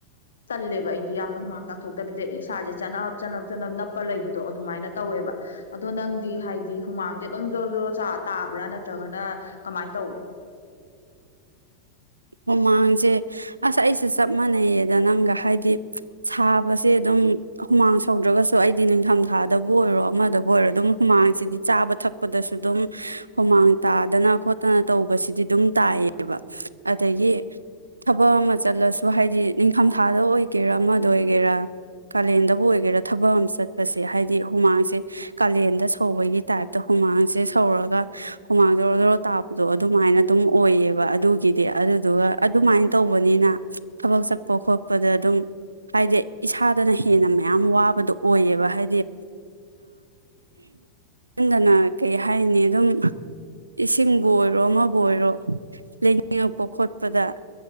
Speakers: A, on the left; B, on the right.
A: ꯇꯜꯂꯦꯕ ꯑꯩꯗꯤ ꯌꯥꯝꯅ ꯍꯨꯃꯥꯡ ꯇꯥꯛꯊꯣꯛꯇꯕꯤꯗꯩ ꯏꯁꯥꯁꯦ ꯆꯠꯅꯞ ꯆꯅꯞ ꯆꯅꯞ ꯅꯞꯄ ꯂꯩꯕꯗꯣ ꯑꯗꯨꯃꯥꯏꯅ ꯇꯧꯋꯦꯕ ꯑꯗꯣ ꯅꯪꯗꯤ ꯍꯥꯏꯗꯤ ꯍꯨꯃꯥꯡꯁꯦ ꯑꯗꯨꯝ ꯖꯣꯔꯣ ꯖꯣꯔꯣ ꯆꯥ ꯇꯥꯕ꯭ꯔꯥ ꯅꯠꯇ꯭ꯔꯒꯅ ꯀꯃꯥꯏ ꯇꯧꯋꯏ
B: ꯍꯨꯃꯥꯡꯁꯦ ꯑꯁ ꯑꯩꯁꯨ ꯆꯞ ꯃꯅꯩꯌꯦꯗ ꯅꯪꯒ ꯍꯥꯏꯗꯤ ꯁꯥꯕꯁꯦ ꯑꯗꯨꯝ ꯍꯨꯃꯥꯡ ꯁꯧꯗ꯭ꯔꯒꯁꯨ ꯑꯩꯗꯤ ꯅꯤꯡꯊꯝꯊꯥꯗꯕꯨ ꯑꯣꯏꯔꯣ ꯑꯃꯗꯕꯨ ꯑꯣꯏꯔꯣ ꯑꯗꯨꯝ ꯍꯨꯃꯥꯡꯁꯤꯗꯤ ꯆꯥꯕ ꯊꯛꯄꯗꯁꯨ ꯑꯗꯨꯝ ꯍꯨꯃꯥꯡ ꯇꯥꯗꯅ ꯈꯣꯠꯇꯅ ꯇꯧꯕꯁꯤꯗꯤ ꯑꯗꯨꯝ ꯇꯥꯏꯌꯦꯕ ꯑꯗꯒꯤ ꯊꯕꯛ ꯑꯃ ꯆꯠꯂꯁꯨ ꯍꯥꯏꯗꯤ ꯅꯤꯡꯊꯝꯊꯥꯗ ꯑꯣꯏꯒꯦꯔꯥ ꯑꯃꯗ ꯑꯣꯏꯒꯦꯔꯥ ꯀꯥꯂꯦꯟꯗꯕꯨ ꯑꯣꯏꯒꯦꯔꯥ ꯊꯕꯛ ꯑꯃ ꯆꯠꯄꯁꯦ ꯍꯥꯏꯗꯤ ꯍꯨꯃꯥꯡꯁꯦ ꯀꯥꯂꯦꯟꯗ ꯁꯧꯕꯒꯤ ꯇꯥꯏꯞꯇ ꯍꯨꯃꯥꯡꯁꯦ ꯁꯧꯔꯒ ꯍꯨꯃꯥꯡ ꯖꯔꯣ ꯖꯔꯣ ꯇꯕꯗꯣ ꯑꯗꯨꯃꯥꯏꯅ ꯑꯗꯨꯝ ꯑꯣꯏꯌꯦꯕ ꯑꯗꯨ ꯒꯤꯗꯤ ꯑꯗꯨꯗꯨꯒ ꯑꯗꯨꯃꯥꯏꯅ ꯇꯧꯕꯅꯤꯅ ꯊꯕꯛ ꯆꯠꯄ ꯈꯣꯠꯄꯗ ꯑꯗꯨꯝ ꯍꯥꯏꯗꯤ ꯏꯁꯥꯗꯅ ꯍꯦꯟꯅ ꯃꯌꯥꯝ ꯋꯥꯕꯗꯣ ꯑꯣꯏꯌꯦꯕ ꯍꯥꯏꯗꯤ ꯌꯨꯝꯗꯅ ꯀꯩ ꯍꯥꯏꯅꯤ ꯑꯗꯨꯝ ꯏꯁꯤꯡꯕꯨ ꯑꯣꯏꯔꯣ ꯑꯃꯕꯨ ꯑꯣꯏꯔꯣ ꯌꯦꯉꯛꯄ ꯈꯣꯠꯄꯗ